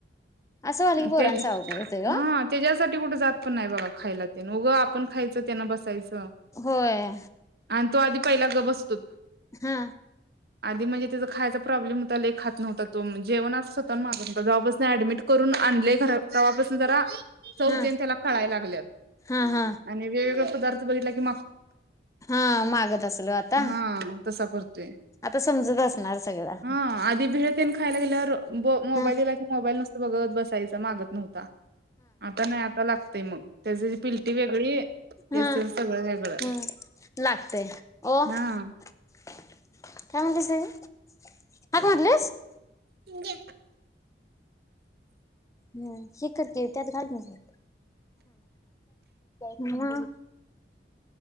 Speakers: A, on the left (about 15°); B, on the right (about 60°).
A: असं झालं की पोरांचं
B: ते
A: अवघड होतंय गं
B: हा त्याज्यासाठी कुठ जात पण नाही बघा खायला तेन उग आपण खायचं त्यांना बसायच तो
A: होय
B: आणि तो आधी पयला गप बस
A: हा
B: आधी म्हणजे त्याचा खायचा प्रॉब्लेम होता. लई खात नव्हता तो जेवण अस स्वतःहून मागत नव्हता तो जवापासून ऍडमिट करून आणले घर तेव्हापासून जरा चव
A: हां
B: तेन त्याला कळायला लागल्यात
A: हां हां
B: आणि वेग पदार्थ बघितला की मा
A: हा मागत असल वो आता
B: हा तसा करतो
A: आता समजत असणार सगळं
B: हा आधी भेळ तेन खायला गेल्यावर मोबाईल
A: ह
B: दिला की मोबाईल नसत्या बघत बसायचा मागत नव्हता आता नाही आता लाग ते मग त्याची पिलटी वेगळी तेच
A: हम
B: तेच सगळं वेगळं
A: हम लागतेय वो काय
B: हा
A: म्हटलीस हाक मारलीस? <inaudible>
B: दे
A: हम्म हे कर की त्यात घाल नाही मग